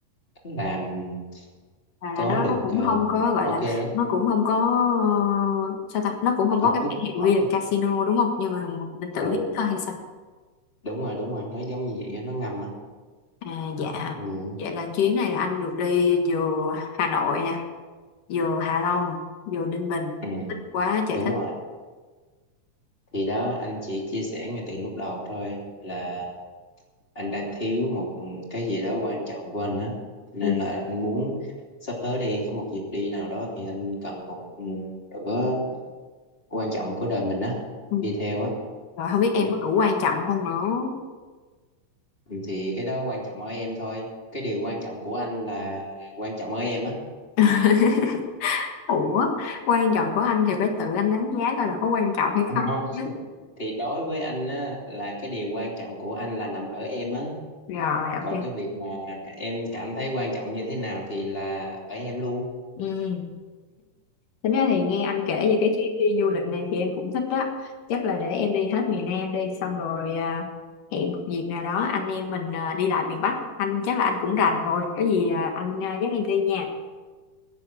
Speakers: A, on the left (about 20°); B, on the left (about 80°).
A: làm
B: à,
A: có
B: là nó
A: được
B: nó cũng
A: ờ,
B: không có gọi
A: bảo
B: là
A: kê á
B: nó cũng không có ờ, sao ta nó cũng không có
A: hợp
B: cái
A: thức
B: biển hiệu
A: hợp
B: ghi là
A: thức
B: casino đúng không nhưng mà mình tự
A: ừ
B: hít thôi hay sao
A: đúng rồi đúng rồi nó giống như vậy á nó ngầm á
B: à dạ
A: ừ,
B: vậy là chuyến này là anh được đi vừa Hà Nội nè vừa Hạ Long vừa Ninh Bình
A: ừ
B: thích quá trời
A: đúng
B: thích
A: rồi thì đó anh chỉ chia sẻ ngay từ lúc đầu thôi là anh đang thiếu một cái gì đó quan trọng của anh á nên
B: ừ.
A: là anh muốn sắp tới đi có một dịp đi nào đó thì anh cần một ừ, nửa quan trọng của đời mình á
B: ừ.
A: đi theo á
B: rồi không biết em
A: ừ.
B: có đủ quan trọng không nữa
A: ừ, thì cái đó quan trọng ở em thôi cái điều quan trọng của anh là quan trọng ở em á
B: <laughs> ủa quan trọng của anh thì phải tự anh đánh giá coi là có quan trọng hay không
A: Không.
B: chứ.
A: thì đối với anh á là cái điều quan trọng của anh là nằm ở em á
B: rồi ok
A: còn cái việc mà em cảm thấy quan trọng như thế nào thì là ở em luôn
B: ừ. Tính ra thì nghe anh kể về cái chuyến đi du lịch này thì em cũng thích đó. Chắc là để em đi hết miền Nam đi, xong rồi à, hẹn một dịp nào đó anh em mình à, đi lại miền Bắc. Anh chắc là anh cũng rành rồi, có gì à, anh à, dắt em đi nha.